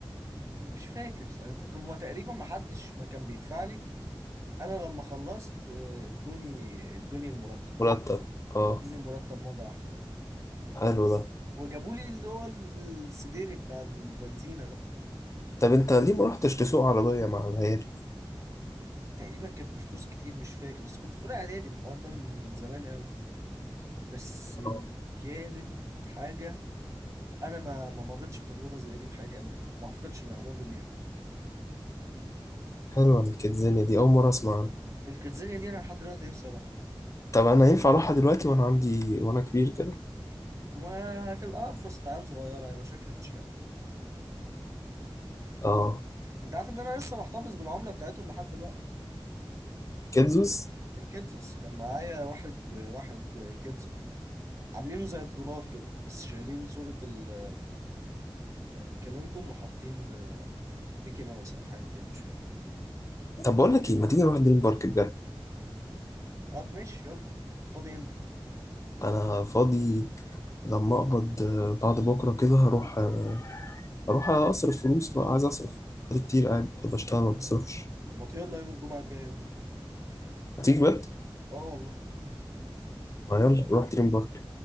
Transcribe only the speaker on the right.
مش فاكر ساعتها طب ما تقريبا ما حدش ما كان بيدفع لي انا لما خلصت آه، ادوني ادوني المرتب
ادوني المرتب مرة واحدة
وجابوا لي اللي هو ال- السديري بتاع البنزينة ده
تقريبا كانت بفلوس كتير مش فاكر بس كنت في اولى اعدادي الحوار ده من زمان قوي بس
كانت حاجه انا ما ما مرتش بتجربه زي دي في حياتي قبل كده وما اعتقدش اني همر بيها
الكيدزانيا دي انا لحد دلوقتي نفسي اروحها
وهتبقى بقى فرصة عيال صغيرة هيبقى شكلك مش حلو
انت عارف ان انا لسه محتفظ بالعملة بتاعتهم لحد دلوقتي
الكيدزوس كان معايا واحد واحد كيدزو عاملينه زي الدولار كده بس شايلين صورة ال <laughs> كلينتون وحاطين ميكي ماوس او حاجة كده مش فاكر
طب ماشي يلا انت فاضي امتى
طب ما يلا يوم الجمعه الجايه ده
اه والله